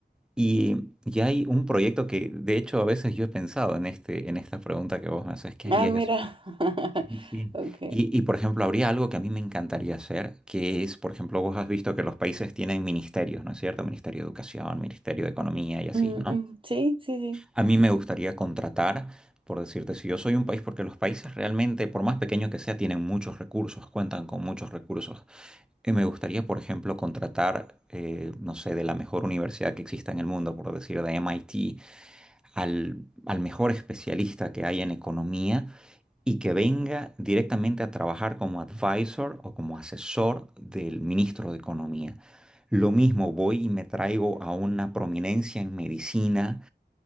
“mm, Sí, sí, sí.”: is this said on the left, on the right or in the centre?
Right